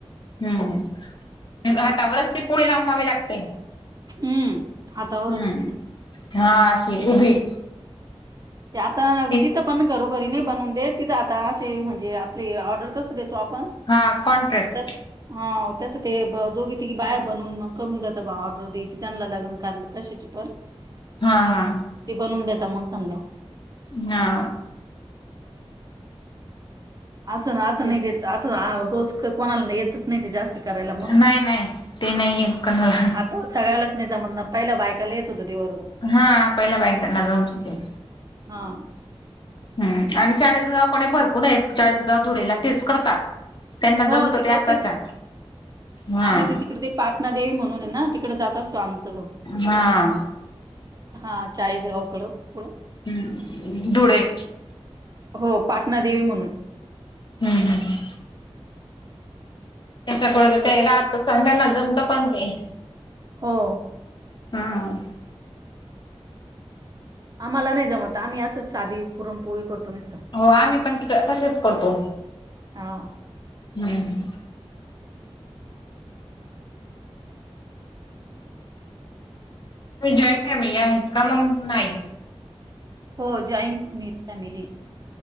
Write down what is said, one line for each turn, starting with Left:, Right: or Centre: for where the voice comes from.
Left: हम्म हातावरच ती पोळी लांबवावी लागते.
Right: हम्म हातावरच
Left: हम्म हा अशी उभी.
Right: ते आता
Left: एक
Right: तिथं पण घरोघरी नाही बनून देत तिथं आता असे म्हणजे आपले ऑर्डर कसं देतो आपण
Left: हा कॉन्ट्रॅक्ट
Right: <inaudible> हा तसं ते ब दोघी तिघी बाया बनून मग करून देतं बा ऑर्डर द्यायची त्यांना लग्न कार कशाची पण
Left: हा हा
Right: ते बनवून देता मग समद्या.
Left: हा
Right: असं ना असं
Left: तेच
Right: नाही देत आता रोज कोणाला येतच नाही ते जास्त करायला मग.
Left: नाही नाही ते नाहीये कोणाला
Right: आता सगळयालाच नाही जमत पहिला बायकाला येत होत तेवर.
Left: हा पहिल्या बायकांना जमत होते.
Right: हां.
Left: हम्. आणि चाळीसगाव कोणी भरपूर आहे चाळीसगाव धुळेला तेच करतात. त्यांना
Right: हो
Left: जमतो
Right: तिकडं
Left: ते आताच्या.
Right: तेच
Left: हा.
Right: आम्ही ते तिकडे ते पाटणा देेवी म्हणून हायना तिकडे जात असतो आमचं घो
Left: हा‌.
Right: हा चाळीसगावकडं पुढं
Left: हम्. धुळे.
Right: हो. पाटणा देवी म्हणून.
Left: हम् हम्. त्याच्याकडे ते राहतं सांगाल ना जमतं पण ते.
Right: हो.
Left: हा हा.
Right: आम्हाला नाही जमत आम्ही असंच साधी पुरण पोळी करतो निसतं.
Left: हो आम्ही पण तिकडं तसेच करतो.
Right: हा
Left: हम्म. जॉईंट फॅमिली आहेत का? मग नाही.
Right: हो‌. जॉईंन फ म फॅमिली.